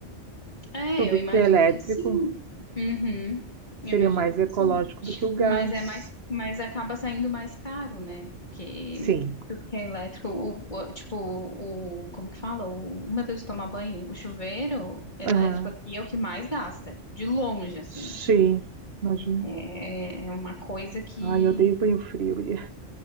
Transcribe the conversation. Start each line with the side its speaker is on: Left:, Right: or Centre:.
Left: É,
Right: tudo
Left: eu imagino
Right: que é elétrico
Left: que sim. Uhum. Eu
Right: seria
Left: imagino
Right: mais
Left: que
Right: ecológico
Left: sim.
Right: do que o
Left: Mas
Right: gás.
Left: é mais, mas acaba saindo mais caro, né? Porque
Right: Sim.
Left: tudo que é elétrico, o, o- tipo, o, como que fala? O, o meu Deus, tomar banho. O chuveiro elétrico
Right: Aham.
Left: aqui é o que mais gasta. De longe, assim.
Right: Sim. Imagina.
Left: É, é uma coisa que.
Right: Ai, eu odeio banho frio. guria.